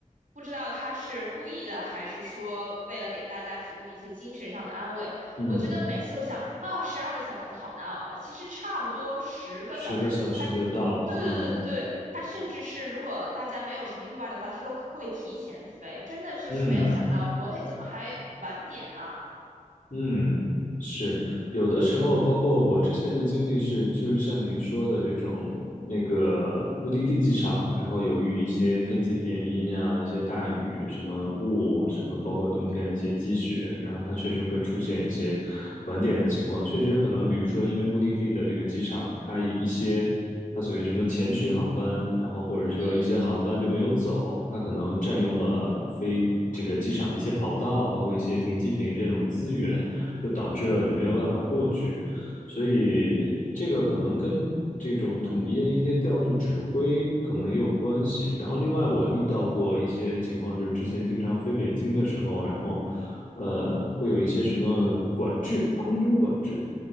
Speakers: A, on the right; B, on the left.
A: 不知道他是故意的，还是说为了给大家提供一些精神上的安慰。
B: 嗯。
A: 我觉得每次都想啊，十二个小时好难熬啊，其实差不多十个小时，
B: 十个小时就到了，
A: 他对
B: 嗯
A: 对对对，它甚至是如果大家没有什么意外的话，它都会提前飞。真的就是没有想到国内怎么还晚点啊？
B: 嗯。嗯，是有的时候，包括我之前的经历是，就是像您说的这种那个目的地机场，然后由于一些天气原因啊，一些大雨、什么雾、什么，包括冬天的一些积雪，然后它确实会出现一些晚点的情况。确实可能，比如说因为目的地的这个机场，它一些它所谓什么前续航班，然后或者说一些航班就没有走，
A: 嗯。
B: 它可能占用了飞这个机场的一些跑道，包括一些停机坪这种资源。就导致了你没有办法过去。所以这个可能跟这种统一的一些调度指挥可能也有关系。然后另外我遇到过一些情况，就是之前经常飞北京的时候，然后呃会有一些什么管制，空中管制，